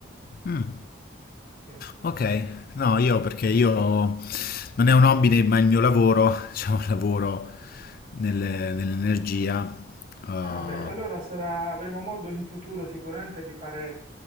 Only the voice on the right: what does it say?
sì.
Ah beh, allora sarà- avremo modo in futuro sicuramente di fare